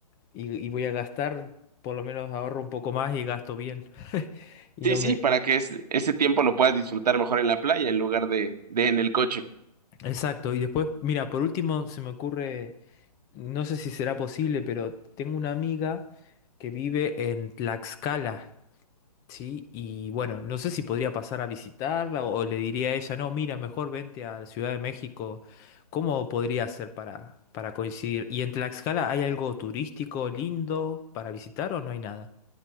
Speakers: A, on the left (about 15°); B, on the right (about 75°).
A: y, y voy a gastar, por lo menos ahorro un poco más y gasto bien. Y
B: Sí,
A: no
B: sí,
A: me...
B: para que es- ese tiempo lo puedas disfrutar mejor en la playa en lugar de, de en el coche.
A: Exacto. Y después, mira, por último se me ocurre, no sé si será posible, pero tengo una amiga que vive en Tlaxcala. Sí, y bueno, no sé si podría pasar a visitarla o le diría a ella, no, mira, mejor vente a la Ciudad de México. ¿Cómo podría hacer para, para coincidir? ¿Y en Tlaxcala hay algo turístico lindo para visitar o no hay nada?